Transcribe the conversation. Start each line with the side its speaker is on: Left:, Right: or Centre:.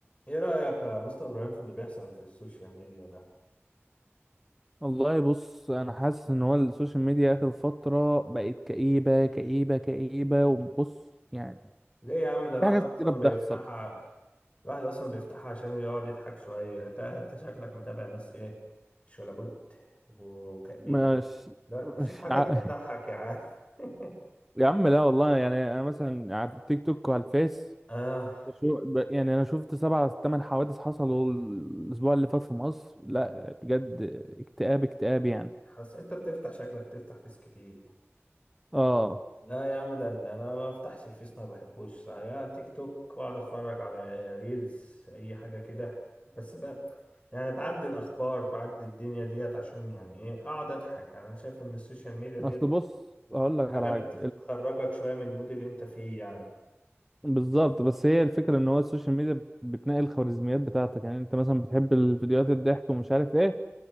Left: ايه رأيك يا مستر ابراهيم في اللي بيحصل في السوشيال ميديا ده
Centre: والله بص انا حاسس ان هو السوشيال ميديا اخر فتره بقت كئيبه كئيبه كئيبه وبص يعني
Left: ليه يا عم ده الواحد
Centre: في حاجات
Left: اصلا
Centre: كتيره بتحصل
Left: بيفتحها الواحد اصلا بيفتحها عشان يقعد يضحك شوية انت انت شكلك متابع ناس ايه مش ولا بد وكأبينك
Centre: مش
Left: لا
Centre: مش
Left: شوف حاجات
Centre: ع...
Left: تضحك يا عم <laughs>
Centre: <laughs> يا عم لا والله يعني انا مثلا على التيك توك وعلى الفيس
Left: اه
Centre: بشو- ب... يعني انا شفت سبع ثمان حوادث حصلوا الاسبوع اللي فات في مصر لا بجد اكتئاب اكتئاب يعني
Left: حاسس انت بتفتح شكلك بتفتح فيس كتير
Centre: اه
Left: لا يا عم ده اللي انا ما بفتحش الفيس ما بحبوش يا تيك توك واقعد اتفرج على ريلز اي حاجه كده بس بقى يعني بعدي الاخبار بعدي الدنيا ديت عشان يعني ايه اقعد اضحك يعني انا شايف ان السوشيال ميديا ديت
Centre: اصل بص هقول لك
Left: حاجه
Centre: على حاجه
Left: تخ- تخرجك شويه من المود اللي انت فيه يعني
Centre: بالظبط بس هي الفكرة ان هو السوشيال ميديا بتنقل الخوارزميات بتاعتك يعني انت مثلا بتحب الفيديوهات الضحك ومش عارف ايه